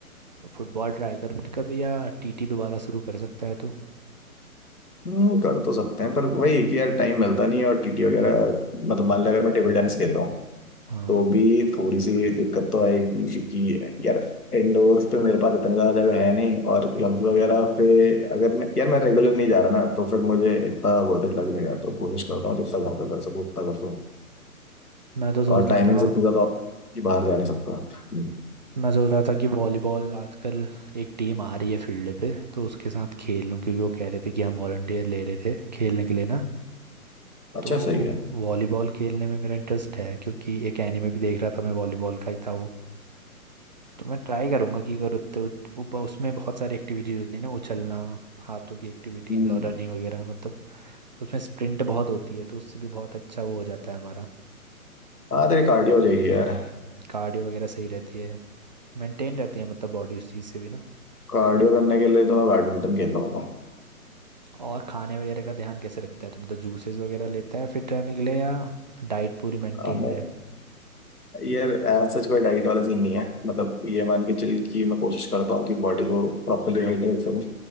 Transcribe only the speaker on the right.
फुटबॉल ट्राई कर फिर कभी या टीटी दोबारा शुरू कर सकता है तू
हाँ
मैं तो सोच
रहा
था
मैं सोच रहा था कि वॉलीबॉल आजकल एक टीम आ रही है फील्ड पे तो उसके साथ खेल लूँ क्योंकि वो कह रहे थे कि हम वॉलंटियर ले रहे थे खेलने के लिए ना
तो
वॉलीबॉल खेलने में मेरा इंटरेस्ट है क्योंकि एक एनिमे भी देख रहा था मैं वॉलीबॉल का ही था वो तो मैं ट्राई करूँगा कि अगर उत्ते उत- उप- उसमें बहुत सारी एक्टिविटीज़ होती है ना उछलना हाथों की एक्टिविटीज़
और रनिंग वगैरह मतलब उसमें स्प्रिंट बहुत होती है तो उससे भी बहुत अच्छा वो हो जाता है हमारा
कार्डियो वगैरह सही रहती है मेंटेन रहती है मतलब बॉडी उस चीज़ से भी ना
और खाने वगैरह का ध्यान कैसे रखता है तो मतलब जूसेस वगैरह लेता है फिट रहने के लिए या डाइट पूरी मेंटेन्ड
है